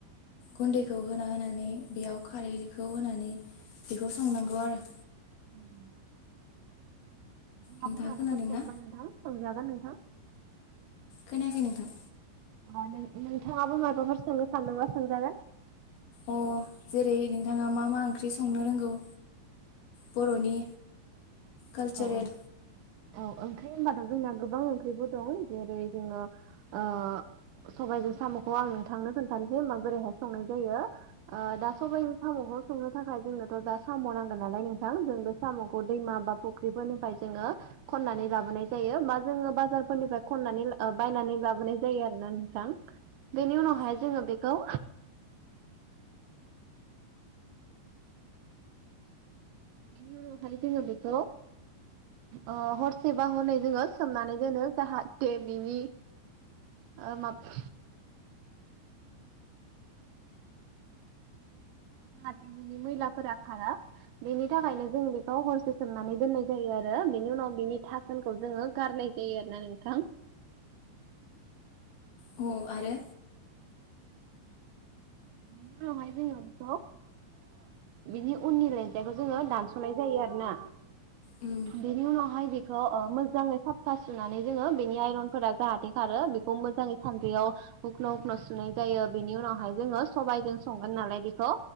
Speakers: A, on the left; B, on the right.
A: गुन्दैखौ होना होनानै बेयाव खारैखौ होनानै बेखौ संनांगौ आरो
B: <unintelligible> माबाफोर
A: नोंथाङा खोनादों
B: सोङोबा
A: ना
B: नोंथां सोंजागोन नोंथां।
A: खोनायाखै नोंथां।
B: अ नों नोंथाङाबो माबाफोर सोंनो सानदोंबा सोंजागोन।
A: अ जेरै नोंथाङा मा-मा ओंख्रि संनो रोंगौ। बर'नि। कालचारेल
B: औ -औ। औ ओंख्रि होनबाथ' जोंना गोबां ओंख्रिबो दं जेरै जोङो ओ। सबायजों साम'खौ आं नोंथांनो खोनथानोसै माबोरैहाय संनाय जायो। ओ दा सबाइ साम'खौ संनो थाखाय जोंनोथ' दा साम' नांगोन नालाय नोंथां जों बे साम'खौ दैमा बा। ख्रिफोरनिफ्राय जोङो। खननानै लाबोनाय जायो बा जोङो बाजारफोरनिफ्राय खननानै ला ओ बायनानै लाबोनाय जायो आरोना नोंथां। बेनि उनावहाय जोङो बेखौ। बेनि उनावहाय जोङो बेखौ। अ हरसेबा हरनै जोङो सोमनानै दोनो जाहाथे बिनि। ओ माब। <unintelligible> मैलाफोरा खारा। बेनि थाखायनो जों बेखौ हरसे सोमनानै दोननाय जायो आरो बेनि उनाव बेनि था नखौ जोङो गारनाय जायो आरो ना नोंथां।
A: अ आरो
B: बेनि उनावहाय जोङो बेखौ। बिनि उननि लेन्जाइखौ जोङो दानस'नाय जायो आरो ना।
A: उम।
B: बेनि उनावहाय बेखौ ओ मोजाङै साफफा सुनानै जोङो बेनि आइरनफोरा जाहाथे खारो। खौ मोजाङै सान्द्रियाव हख्ल' हख्ल' सुनाय जायो बेनि उनावहाय जोङो। सबायजों संगोन नालाय बेखौ।